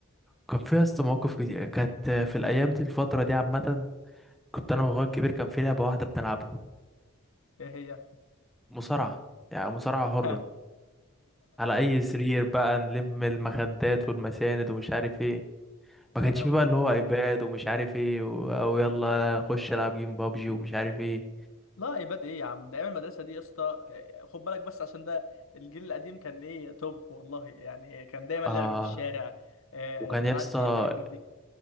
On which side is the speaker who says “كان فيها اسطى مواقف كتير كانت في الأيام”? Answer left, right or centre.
Centre